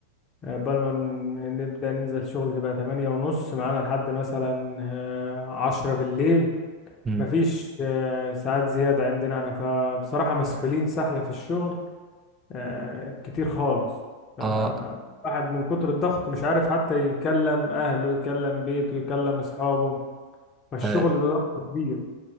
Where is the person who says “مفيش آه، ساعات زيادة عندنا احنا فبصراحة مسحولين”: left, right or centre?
Left